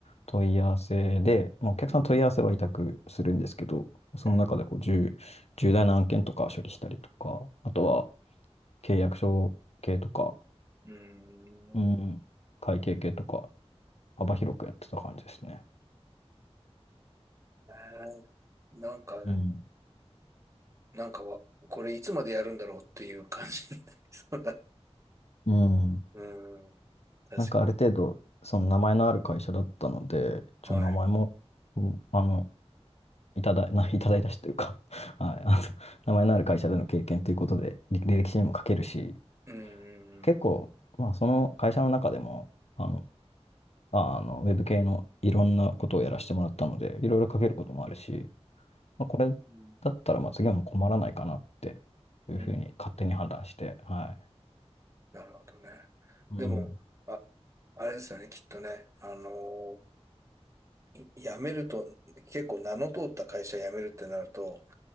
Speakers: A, on the left; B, on the right.
A: 問い合わせで、まあ、お客さんの問い合わせは委託するんですけど、
B: うん。
A: その中でこう重、
B: うん
A: 重大な案件とか処理したりとか、あとは契約書系とか、
B: うーん。
A: うん、
B: ね
A: 会計系とか、幅広くやってた感じですね。
B: えなんかでも、
A: うん。
B: なんかは、これいつまでやるんだろうっていう感じになりそうだ。う
A: うん。
B: ーん。確
A: なんかある程度、その名前のある会社だったので、一応名前も、
B: かに。はい。
A: うんあの、いただ、な、<laughs> いただいたしというか <laughs> はい、<laughs> あの、名前のある会社での経験ということで、履履歴書にも書けるし、
B: うん。うんうん
A: 結構、まあ、その会社の中でも、あの、ああの、ウェブ系のいろんなことをやらせてもらったので、いろいろ書けることもあるし、まあ、これだったら、
B: うん。
A: まあ、次はもう困らないかなっていうふうに勝手に判断して、
B: うん
A: はい。
B: なるほどね。
A: うん。
B: でも、あ、あれですよね、きっとね。あのーい辞めると、結構名の通った会社辞めるってなると、